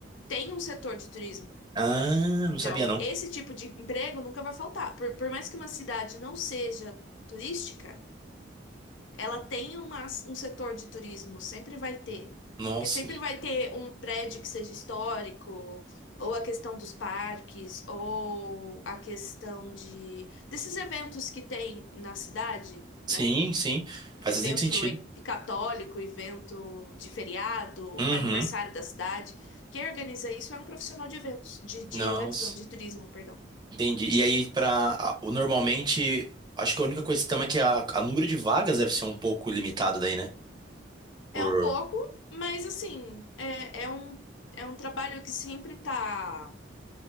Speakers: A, on the left (about 80°); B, on the right (about 20°).
A: têm um setor de turismo.
B: Ah,
A: Então,
B: não sabia não.
A: esse tipo de emprego nunca vai faltar. Por, por mais que uma cidade não seja turística, ela tem uma, um setor de turismo, sempre vai ter.
B: Nossa,
A: Porque sempre vai ter um prédio que seja histórico, ou a questão dos parques, ou a questão de desses eventos que tem na cidade,
B: Sim,
A: né?
B: sim. Faz
A: Evento
B: bastante sentido.
A: e- católico, evento de feriado,
B: Uhum.
A: aniversário da cidade. Quem organiza isso é um profissional de eventos, de, de
B: Nossa.
A: eventos não, de turismo, perdão.
B: Entendi. E aí, para normalmente, acho que a única questão é que a, a número de vagas deve ser um pouco limitado daí, né? Por
A: É um pouco, mas assim, é, é um, é um trabalho que sempre tá.